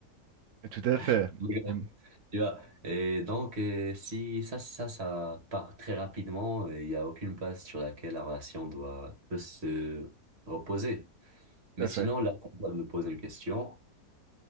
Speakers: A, on the right (about 70°); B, on the right (about 40°).
A: Et Tout à fait.
B: <laughs> Mais bon,
A: Et m-
B: Tu vois. Et donc, euh, si ça, ça, ça part très rapidement, et il n'y a aucune base sur laquelle la relation doit peut se reposer. Mais
A: tout à
B: sinon,
A: fait.
B: là, on va me poser une question.